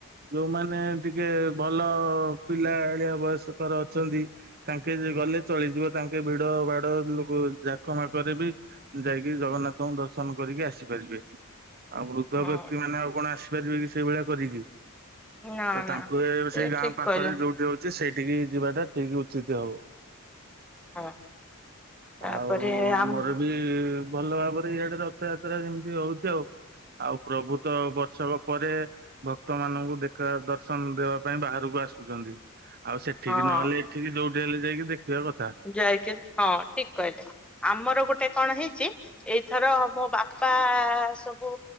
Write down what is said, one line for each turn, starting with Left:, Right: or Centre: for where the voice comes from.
Right: ଯୋଉମାନେ ଟିକେ ଭଲ ପିଲା ଆଳିଆ ବୟସକର ଅଛନ୍ତି ତାଙ୍କେ ଗଲେ ଚଳିଯିବ ତାଙ୍କେ ଭିଡ ବାଡ ଲୋକ ଜାକମାକରେ ବି ଯାଇକି ଜଗନ୍ନାଥଙ୍କୁ ଦର୍ଶ ଦର୍ଶନ କରିକି ଆସିପାରିବେ ଆଉ ବୃଦ୍ଧ
Centre: ହୁଁ
Right: ବ୍ୟକ୍ତି ମାନେ ଆଉ କଣ ଆସିବେ। ପାରିବ କି ସେଇଭଳିଆ କରିକି
Centre: ନା
Right: ତ ତାଙ୍କୁ
Centre: ନା
Right: ଏ
Centre: ସେ
Right: ସେଇ ଗାଁ
Centre: ଠିକ
Right: ପାଖରେ
Centre: କହିଲେ
Right: ଯୋଉଠି ହଉଛି ସେଇଠି ସେଠିକି ଯିବା ଟା ଠିକ ଉଚିତ ହବ।
Centre: ହଁ ତାପରେ
Right: ଆଉ
Centre: ଆମ
Right: ଆମର ବି ଭଲ ଭାବରେ ଇ ରଥଯାତ୍ରା କେମିତି ହଉଛି ଆଉ ଆଉ ପ୍ରଭୁତ ବର୍ଷକ ପରେ ଭକ୍ତ ମାନଙ୍କୁ ଦେଖା ଦର୍ଶନ ଦେବା ପାଇଁ ବାହାରକୁ ଆସୁଛନ୍ତି ଆଉ ସେଠିକି
Centre: ହଁ
Right: ନହେଲେ ଏଠିକି ଯୋଉଠି ହେଲେ ଯାଇକି ଦେଖିବା କଥା
Centre: ଯାଇକି ହଁ ଠିକ କହିଲେ ଆମର ଗୋଟେ କଣ ହେଇଛି ଏଇଥର ମୋ ବାପା ସବୁ